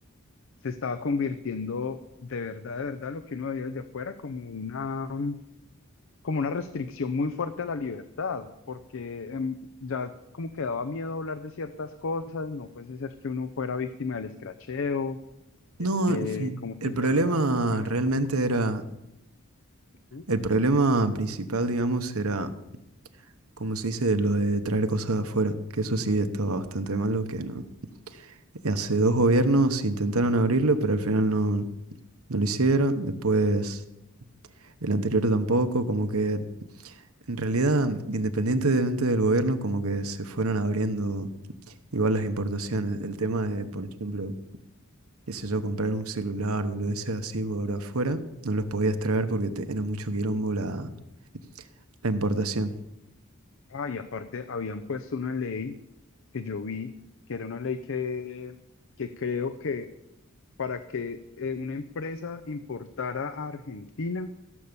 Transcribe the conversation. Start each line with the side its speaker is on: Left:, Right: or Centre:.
Left: se estaba convirtiendo de verdad, de verdad, lo que uno veía desde afuera como una, mm, como una restricción muy fuerte a la libertad, porque em, ya como que daba miedo hablar de ciertas cosas, no fuese ser que uno fuera víctima del escracheo,
Right: No,
Left: eh, eh,
Right: <laughs>
Left: como que
Right: el
Left: ya
Right: problema
Left: manejar
Right: realmente
Left: como... con-
Right: era,
Left: Ujú.
Right: el problema principal, digamos, era, como se dice, lo de traer cosas de afuera, que eso sí estaba bastante malo, que no, Hace dos gobiernos intentaron abrirlo, pero al final no, no lo hicieron. Después el anterior tampoco, como que en realidad, independientemente del gobierno, como que se fueron abriendo igual las importaciones. El tema de, por ejemplo, qué sé yo, comprar un celular o lo de ese así por afuera, no los podías traer porque te- era mucho quilombo la, la importación.
Left: Ah, y aparte habían puesto una ley que yo vi, que era una ley que, que creo que para que eh, una empresa importara a Argentina,